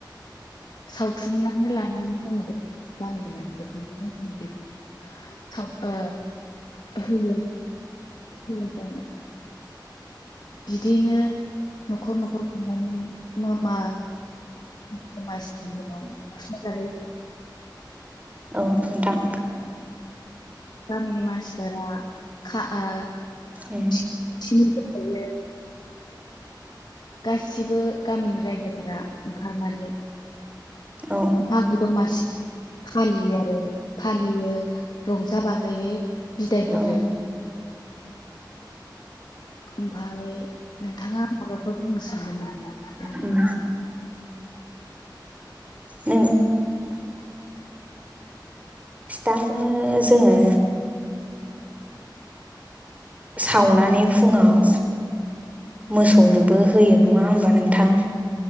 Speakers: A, on the left; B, on the right.
A: सावथुमनानै लानानै दोङो गामिनि मान <unintelligible> साल ओ होयो होयो‌ जानो बिदिनो न'खर न'खर बिनानै मा दमासिनि‌ उनाव‌ <inaudible>
B: औ नोन्थां
A: गामिनि मानसिफोरा खा ओ
B: उम
A: सिबोखायो। गासिबो गामिनि रायजोफोरा ओंखारनानै
B: औ
A: हा गुगा मासि फालियो आरो फालियो रंजा बाजायै बिदाय हरो।
B: औ
A: ओमफाय नोंथाङा माबाफोर बुंनो सानगोन नामा?
B: उम नों फिथाखो जोङो। सावनानै फुङाव मोसौनोबो होयो नङा होमबा नोंथां।